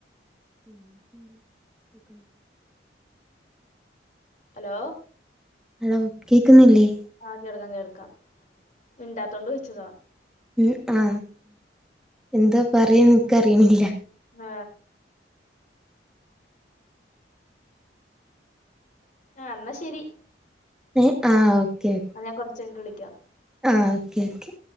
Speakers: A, in the centre; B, on the left.
A: പിന്നെപ്പെന്താ സുഖം
B: ഹലോ
A: ഹലോ കേക്ക്‌ന്നില്ലേ
B: ആ കേൾക്കാം കേൾക്കാം മിണ്ടാത്തോണ്ടോയ്ച്ചതാ
A: ഉം ആ എന്താ പറയ ൻക്ക് അറിയിണില്ല
B: ആ ആ ന്നാ ശെരി
A: ങേ ആ ഓക്കെ
B: അ ഞാ കൊർച്ചയ്ഞ്ട്ട് വിളിക്കാ
A: ആ ഓക്കെ ഓക്കെ